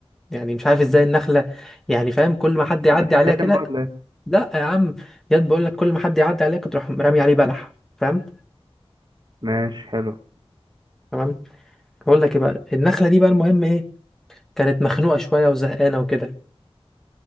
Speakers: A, in the centre; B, on the right.
A: يعني مش عارف ازاي النخله يعني فاهم كل ما حد يعدي
B: كانت بتتكلم
A: عليها كده
B: بقى ولا ايه
A: لا يا عم ياد بقول لك كل ما حد يعدي عليها كنت تروح رامي عليه بلح فاهم
B: ماشي حلو
A: تمام بقول لك ايه بقى النخله دي بقى المهم ايه كانت مخنوقه شويه وزهقانه وكده